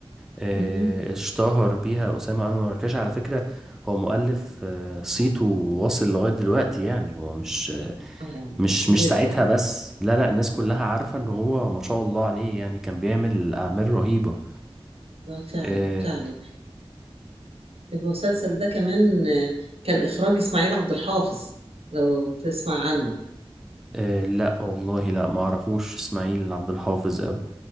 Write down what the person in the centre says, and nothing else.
آه،
اشتهر بيها أسامة أنور الركاش على فكرة هو مؤلف آه، صيته واصل لغاية دلوقتي يعني هو مش
مش مش
ساعتها بس لا لا الناس كلها عارفة ان هو ما شاء الله عليه يعني كان بيعمل أعمال رهيبة
آه،
آه، لا والله لا ما اعرفوش اسماعيل عبد الحافظ أوي